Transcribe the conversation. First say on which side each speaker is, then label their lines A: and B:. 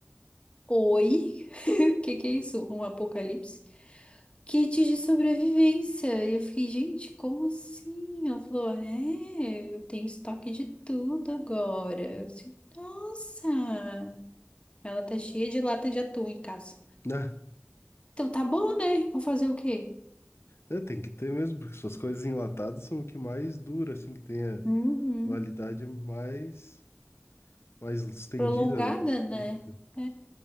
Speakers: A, on the left; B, on the left.
A: Oi? <laughs> O que que é isso? Um apocalipse? Kit de sobrevivência. E eu fiquei, gente, como assim? Ela falou, é, eu tenho estoque de tudo agora. Eu disse, nossa! Ela tá cheia de lata de atum em casa.
B: Ah,
A: Então tá bom, né? Vou fazer o quê?
B: é, tem que ter mesmo, porque essas coisas enlatadas são o que mais dura, assim, que tem a
A: Uhum.
B: validade mais, mais estendida,
A: Prolongada,
B: né?
A: né?
B: Isso.
A: É,